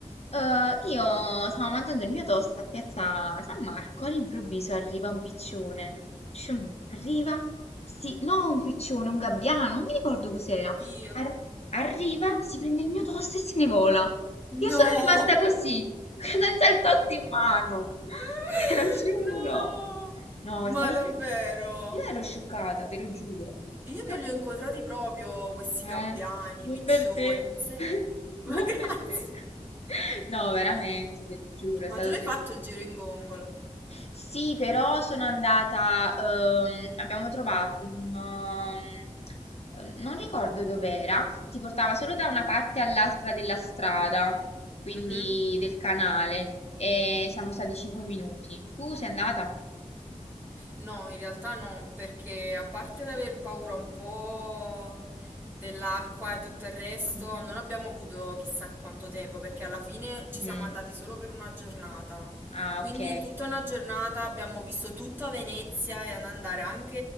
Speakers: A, on the left; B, on the right.
A: Eh, io stavo mangiando il mio toast a Piazza San Marco, all'improvviso arriva un piccione. Shum, arriva sì, no un piccione, un gabbiano, non mi ricordo cos'era.
B: oddio.
A: Ar- arriva, si prende il mio toast e se ne vola.
B: No!
A: Io sono rimasta
B: <laughs>
A: così, <laughs> senza il toast in mano.
B: <laughs>
A: <laughs> Te lo giuro.
B: No!
A: No,
B: Ma
A: è stato...
B: davvero?
A: ter- Io ero scioccata, te lo giuro.
B: Io
A: Eh,
B: non li ho incontrati proprio questi
A: eh,
B: gabbiani,
A: buon
B: piccioni,
A: per te.
B: ze-
A: <laughs>
B: Ma
A: Buon
B: <laughs> grazie.
A: per te. <laughs> No, veramente, te lo giuro,
B: Ma
A: è stato...
B: tu l'hai
A: ter-
B: fatto il giro in gongola?
A: sì, però sono andata, ehm, abbiamo trovato un... ehm, non ricordo dov'era, ti portava solo da una parte all'altra della strada, quindi
B: Mhm.
A: del canale, e siamo stati 5 minuti. Tu sei andata?
B: No, in realtà no, perché a parte l'aver paura un po' dell'acqua e tutto il resto,
A: Mhm.
B: non abbiamo avuto chissà quanto tempo, perché alla fine ci
A: Mm.
B: siamo andati solo per una giornata.
A: Ah,
B: Quindi
A: ok.
B: in tutta una giornata abbiamo visto tutta Venezia e ad andare anche